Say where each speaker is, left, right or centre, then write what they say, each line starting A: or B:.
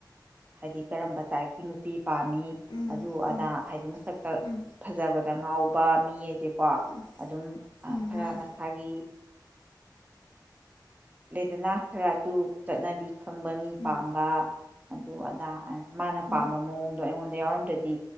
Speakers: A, on the right (about 20°); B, on the left (about 70°).
A: ꯍꯥꯏꯗꯤ ꯀꯔꯝꯕ ꯇꯥꯏꯞꯀꯤ ꯅꯨꯄꯤ ꯄꯥꯝꯃꯤ
B: ꯎꯝ
A: ꯑꯗꯨ ꯑꯗꯥ
B: ꯎꯝ
A: ꯍꯥꯏꯗꯤ ꯃꯁꯛꯇ
B: ꯎꯝ
A: ꯐꯖꯕꯗ ꯉꯥꯎꯕ ꯃꯤ ꯍꯥꯏꯗꯤ ꯀꯣ
B: ꯎꯝ
A: ꯑꯗꯨꯝ
B: ꯎꯝ
A: ꯈꯔ
B: ꯃꯥꯅꯤ
A: ꯃꯁꯥꯒꯤ ꯂꯩꯗꯅꯥ ꯈꯔ ꯑꯗꯨ ꯆꯠꯅꯕꯤ ꯈꯪꯕ ꯃꯤ
B: ꯎꯝ
A: ꯄꯥꯝꯕ ꯑꯗꯨ ꯑꯗꯥ ꯃꯥꯅ
B: ꯎꯝ
A: ꯄꯥꯝꯕ ꯃꯑꯣꯡꯗꯣ ꯑꯩꯉꯣꯟꯗ ꯌꯥꯎꯔꯝꯗ꯭ꯔꯗꯤ